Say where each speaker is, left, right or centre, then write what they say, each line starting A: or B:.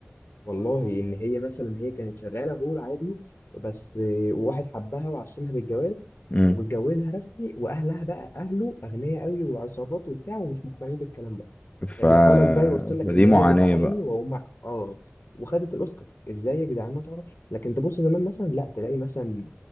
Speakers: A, on the left (about 80°); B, on the left (about 35°).
A: والله ان هي مثلا هي كانت شغاله هو عادي بس آه، واحد حبها وعشمها بالجواز
B: امم
A: واتجوزها رسمي واهلها بقى اهله اغنياء قوي وعصابات وبتاع ومش مقتنعين بالكلام ده
B: ف...
A: فبيحاول بقى يوصل لك
B: فدي
A: ان هي
B: معاناة
A: بتعاني
B: بقى
A: وهم اه وخدت الاوسكار ازاي يا جدعان ما تعرفش لكن تبص زمان مثلا لا تلاقي مثلا